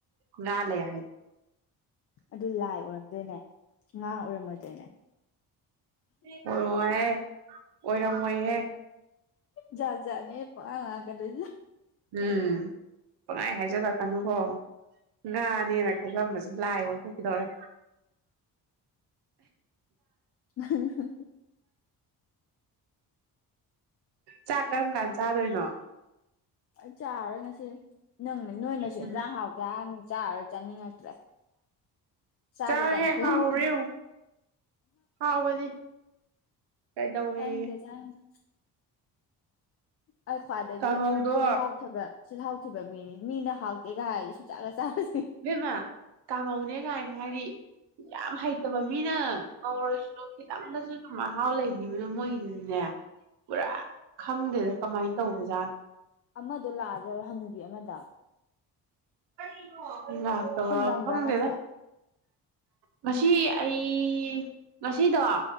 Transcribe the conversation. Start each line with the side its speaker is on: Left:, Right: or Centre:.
Right: ꯉꯥ ꯂꯩ ꯍꯥꯏꯗꯤ
Left: ꯑꯗꯨ ꯂꯥꯢ ꯑꯣꯢꯔꯝ ꯑꯗꯨꯅꯦ ꯉꯥ ꯑꯣꯢꯔꯝꯃꯣꯢꯗꯣꯏꯅꯦ
Right: <unintelligible> ꯑꯣꯏꯔꯝꯃꯣꯏꯍꯦ
Left: ꯖꯥꯠ ꯖꯥꯠ ꯅꯦ ꯄꯉꯥꯡ ꯉꯥꯡꯉꯛꯀꯗꯣꯢꯁꯦ
Right: ꯎꯝ ꯄꯡꯍꯥꯏ ꯍꯥꯏꯖꯤꯜꯂꯛꯀꯅꯨꯀꯣ ꯉꯥꯅꯦꯅ ꯈꯜꯂꯝꯕꯁꯦ ꯂꯥꯏ ꯑꯣꯟꯊꯣꯛꯈꯤꯗꯧꯔꯦ
Left: ꯎꯍ ꯎꯍ
Right: ꯆꯥꯛ ꯀꯔꯝ ꯀꯥꯟ ꯆꯥꯗꯣꯏꯅꯣ
Left: ꯑꯩ ꯆꯥꯔꯔꯣꯏ ꯉꯁꯤ ꯅꯪ ꯅꯣꯏꯅꯁꯨ
Right: ꯎꯝ
Left: ꯏꯟꯖꯥꯡ ꯍꯥꯎꯇꯦ ꯍꯥꯏꯔꯃꯤꯅ ꯆꯥꯔꯔꯣꯏ ꯆꯥꯅꯤꯡꯉꯛꯇ꯭ꯔꯦ ꯆꯥꯒꯦ
Right: ꯆꯥꯎꯍꯦ
Left: ꯀꯥꯏꯅ ꯈꯜꯂꯝꯕꯅꯤ
Right: ꯍꯥꯎꯔꯦ ꯌꯦꯡꯉꯨ ꯍꯥꯎꯕꯅꯤ ꯀꯩꯗꯧꯋꯦꯒꯦ
Left: ꯆꯥꯅꯤꯡꯗꯦ ꯆꯥꯅꯤꯡꯗꯦ <inaudible> ꯑꯩ ꯈ꯭ꯋꯥꯏꯗꯒꯤ
Right: ꯀꯥꯡꯍꯧꯗꯣ
Left: ꯆꯤꯜꯍꯥꯎꯊꯤꯕ ꯆꯤꯜꯍꯥꯎꯊꯤꯕ ꯃꯤꯅꯤ ꯃꯤꯅ ꯍꯥꯎꯇꯦꯒ ꯍꯥꯏꯔꯗꯤ ꯁꯨꯡꯆꯥꯒ ꯆꯥꯢꯔꯣ
Right: ꯏꯕꯦꯝꯃꯥ ꯀꯡꯍꯧꯅꯤ ꯅꯦ ꯀꯥꯏꯅ ꯍꯥꯏꯗꯤ ꯌꯥꯝ ꯍꯩꯇꯕ ꯃꯤꯅ ꯀꯧꯔꯁꯨ ꯈꯤꯇꯪꯗꯁꯨ ꯑꯗꯨꯝ ꯃꯍꯥꯎ ꯂꯩꯅꯤꯕ ꯃꯣꯏꯒꯤꯗꯨꯗꯤꯅꯦ ꯄꯨꯔꯥ ꯈꯪꯗꯦꯗ ꯀꯃꯥꯏꯅ ꯇꯧꯕꯖꯥꯠ
Left: ꯑꯃꯗꯣ ꯂꯥꯛꯑ ꯆꯜꯂꯣ ꯍꯟꯅꯨꯕꯤ ꯑꯃꯗꯣ
Right: <unintelligible> ꯂꯥꯛꯄ
Left: ꯊꯨꯝ ꯅꯝꯕ꯭ꯔꯥ
Right: ꯈꯪꯗꯦꯗ
Left: ꯉꯁꯤ
Right: ꯉꯁꯤ ꯑꯩ ꯉꯁꯤꯗꯣ